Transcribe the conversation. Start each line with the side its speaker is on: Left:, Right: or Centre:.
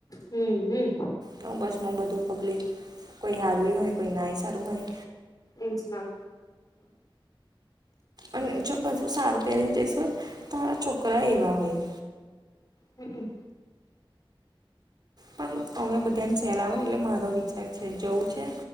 Left: હમ્મ હું.
Right: તો બસમાં બધું પબ્લિક કોઈ સારું હોય કોઈ નાહી સારું હોય.
Left: એમ જ ના.
Right: અને જો બધું સારું પહેરીને જઈશ હોય ને તોારા છોકરા એવા હોય.
Left: હમમ.
Right: પણ અમે બધાને સહેલાવે ને એટલે મારો વિચાર છે જોવું છે.